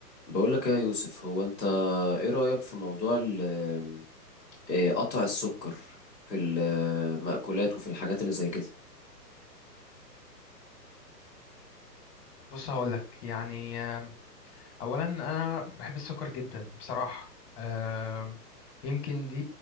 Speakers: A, in the centre; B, on the left.
A: بقول لك يا يوسف هو انت ايه رأيك في موضوع ال- إيه، قطع السكر في المأكولات وفي الحاجات اللي زي كده
B: بص هقولك يعني آم، اولا انا بحب السكر جدا بصراحه آم، يمكن دي